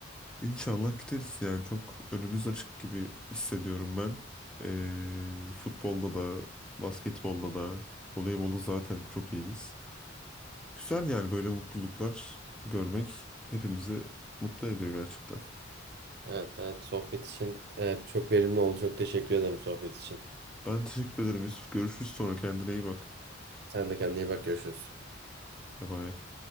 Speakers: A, in the centre; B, on the right.
A: İnşallah gideriz yani çok önümüz açık gibi hissediyorum ben. Ee, futbolda da basketbolda da voleybolda zaten çok iyiyiz. Güzel yani böyle mutluluklar görmek hepimizi mutlu ediyor gerçekten.
B: Evet, evet. Sohbet için evet, çok verimli oldu. Çok teşekkür ederim sohbet için.
A: Ben teşekkür ederim Yusuf. Görüşürüz sonra. Kendine iyi bak.
B: Sen de kendine iyi bak. Görüşürüz.
A: Bye bye.